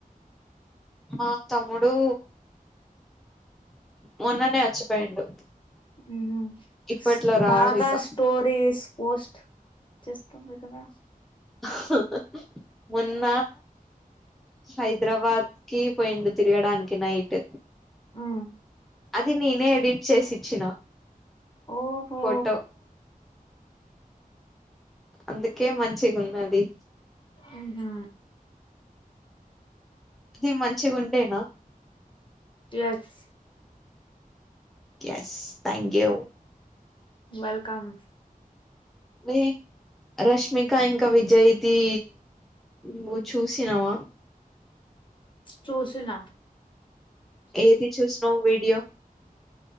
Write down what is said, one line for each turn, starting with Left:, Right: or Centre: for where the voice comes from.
Centre: మా తమ్ముడు మొన్ననే వచ్చిపోయిండు
Left: ఉమ్
Centre: ఇప్పట్లో రాడు
Left: బాగా
Centre: ఇక
Left: స్టోరీస్ పోస్ట్ చేస్తుంది కదా
Centre: హా మొన్న హైదరాబాద్ కీ పోయిండు తిరుగడానికి నైట్
Left: ఆ
Centre: అది నేనే ఎడిట్ చేసిచ్చినా
Left: ఓహో
Centre: ఫోటో అందుకే మంచిగా ఉన్నది
Left: ఉమ్ హు
Centre: ఇది మంచిగా ఉంటేనా
Left: yes
Centre: yes thank you
Left: welcome
Centre: ఎయ్ రష్మిక ఇంకా విజయి ధి నువ్వు చూసినావా
Left: చూసిన
Centre: ఎధి చుసినావ్ వీడియో